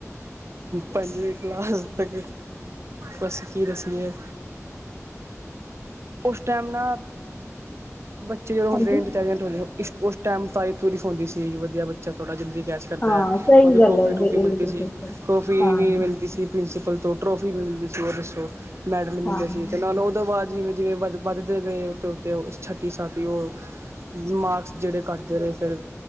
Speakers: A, on the right; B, on the left.
A: ਪੰਜਵੀਂ, ਕਲਾਸ ਤੱਕ। ਬਸ ਕੀ ਦੱਸੀਏ, ਉਸ ਟਾਈਮ ਨਾ। ਬੱਚੇ ਜਦੋਂ ਹੁੰਦੇ
B: ਹਾਂਜੀ।
A: ਇਨਟੈਲੀਜੈਂਟ, ਹੁੰਦੇ। ਉਸ ਟਾਈਮ ਤ ਤੂਰੀਫ਼ ਹੁੰਦੀ ਸੀਗੀ। ਵਧੀਆ ਬੱਚਾ ਤੁਹਾਡਾ, <unintelligible> ਜ਼ਿੰਦ ਕਹਿਚ ਕਰਦਾ
B: ਹਾਂ
A: ਹੈ।
B: ਸਹੀ
A: ਮਤਲਬ
B: ਗੱਲ
A: ਟੋਫੀ-
B: ਹੈ
A: ਟੁਫੀ
B: ਬਿਲਕੁਲ
A: ਮਿਲਦੀ ਸੀ।
B: ਸਹੀ ਗੱਲ।
A: ਟੋਫੀ
B: ਹਾਂ
A: ਵੀ ਮਿਲਦੀ ਸੀ। ਪ੍ਰਿੰਸੀਪਲ ਤੋਂ, ਟਰੋਫੀ ਮਿਲਦੀ ਸੀ। ਉਹ ਦੱਸੋ ਮੈਡਲ ਮਿਲਦੇ
B: ਹਾਂ।
A: ਸੀ। ਤੇ ਨਾਲੋ ਉਹਦੇ ਬਾਅਦ। ਜਿਵੇਂ- ਜਿਵੇਂ, ਵ ਵੱਦ ਦੇ ਗਏ। ਉੱਤੇ- ਉੱਤੇ। ਛੱਟੀ, ਸਤਵੀ ਉਹ ਮਾਕਸ ਜਿਹੜੇ ਘੱਟਦੇ ਰਹੇ। ਫੇਰ